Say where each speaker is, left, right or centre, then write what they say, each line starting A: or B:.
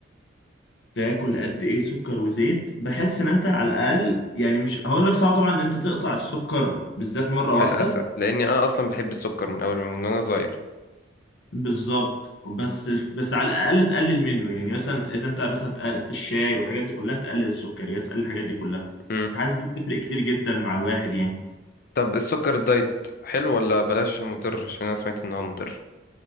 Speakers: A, on the left; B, on the left.
A: تاكل قد ايه سكر وزيت بحس ان انت على الاقل يعني مش هقول لك صعب طبعا ان انت تقطع السكر بالذات مره
B: طبعاً
A: واحده
B: للاسف لاني انا اصلا بحب السكر من اول من وانا صغير
A: بالظبط بس بس على الاقل تقلل منه يعني مثلا اذا انت مثلا تق- في الشاي والحاجات دي كلها تقلل السكريات تقلل الحاجات دي كلها
B: امم
A: فحاسس دي بتفرق كتير جدا مع الواحد يعني
B: طب السكر الدايت حلو ولا بلاش عشان مضر عشان انا سمعت ان هو مضر